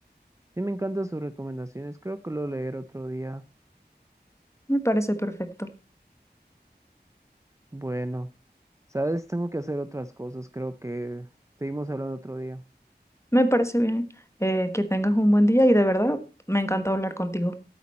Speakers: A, on the right (about 15°); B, on the left (about 15°).
A: Sí, me encantan sus recomendaciones. Creo que lo leeré otro día.
B: Me parece perfecto.
A: Bueno, sabes, tengo que hacer otras cosas. Creo que seguimos hablando otro día.
B: Me parece bien. Eh, que tengas un buen día y de verdad me encanta hablar contigo.